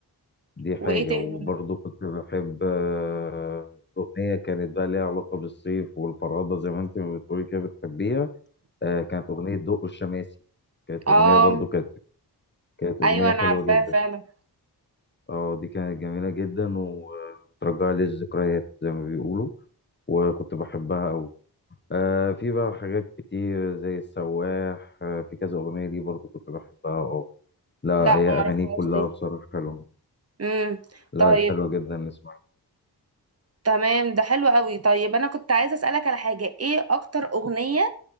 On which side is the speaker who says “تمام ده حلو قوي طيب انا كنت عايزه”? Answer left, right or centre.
Right